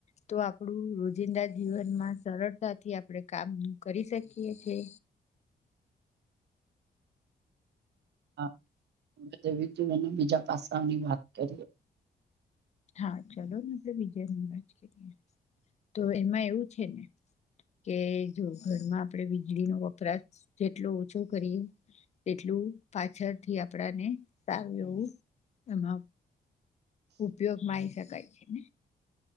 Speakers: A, on the left; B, on the right.
A: તો આપણું રોજિંદા જીવનમાં સરળતાથી આપણે કામ કરી શકીએ હે હે
B: હા હવે <unintelligible> બીજા પાસાઓની વાત કરીએ
A: હા ચલોને એટલે બીજય ન રાજ કરીએ તો એમાં એવું છે ને કે જો ઘરમાં આપણેે વીજળીનો વપરાશ જેટલો ઓછો કરીએ એટલું પાછળથી આપડાને સાર એવું એમાં ઉપયોગમાં આવી શકાય છે ને